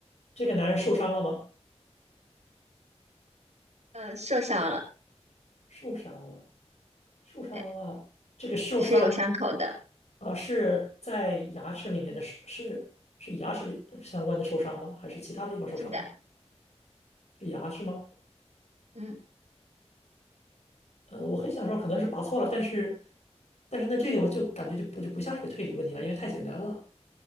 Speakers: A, on the left; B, on the right.
A: 这个男人受伤了吗？
B: 嗯，受伤了，
A: 受伤了，受伤了。
B: 对，
A: 这个受伤
B: 是有伤口的，
A: 啊，呃是在牙齿里面的，是是是牙齿里呃相关的受伤吗？还是其他的地方受伤呢？
B: 是的，
A: 是牙是吗？
B: 嗯
A: 呃，我很想说可能是拔错了，但是但是那这个我就感觉就不就不像一个推理问题了，因为太简单了。